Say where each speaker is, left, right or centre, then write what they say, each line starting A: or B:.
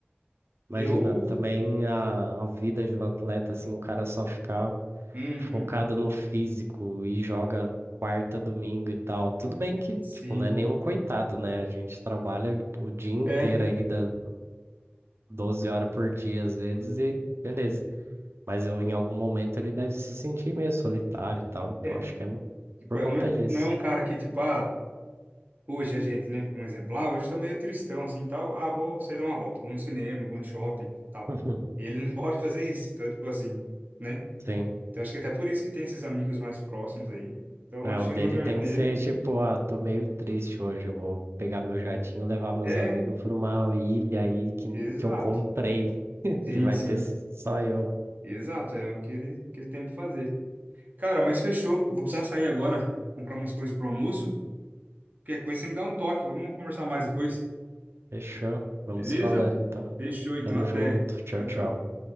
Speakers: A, on the right (about 80°); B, on the right (about 45°).
A: imagina
B: Eu.
A: também a, a vida de um atleta, assim, o cara só ficar
B: Uhum.
A: focado no físico e joga quarta, domingo e tal. Tudo bem que,
B: Sim.
A: tipo, não é nenhum coitado, né? A gente trabalha o dia inteiro
B: É,
A: aí, da, 12 horas por dia às vezes, e beleza. Mas eu, em algum momento ele deve se sentir meio solitário e tal, então
B: é.
A: acho que é
B: Tipo,
A: por conta
B: não é,
A: disso.
B: não é um cara que, tipo, ah, hoje a gente, né? Um exemplo. Ah, hoje eu tô meio tristão, assim, tal. Ah, vou sair dar uma volta, vou no cinema, vou no shopping, tal.
A: <laughs>
B: Ele não <laughs> pode fazer isso. Então, tipo assim. né?
A: Sim.
B: Então acho que até por isso que tem esses amigos mais próximos aí. Então
A: É,
B: acho
A: o
B: que
A: dele
B: no lugar
A: tem
B: dele.
A: que ser tipo, ah, tô meio triste hoje, eu vou pegar meu jatinho, levar meus
B: É,
A: amigos pra uma ilha aí que,
B: exato.
A: que eu comprei, <laughs>
B: Sim,
A: que vai
B: sim.
A: ter só eu.
B: Exato, é o que ele, que ele tem pra fazer. Cara, mas fechou. Eu vou precisar sair agora, comprar umas coisas pro almoço. Qualquer coisa você me dá um toque. Vamos conversar mais depois.
A: Fechou? Vamos
B: Beleza?
A: se falando então.
B: Fechou, então
A: Tamo
B: até.
A: junto. Tchau,
B: Tchau,
A: tchau.
B: tchau.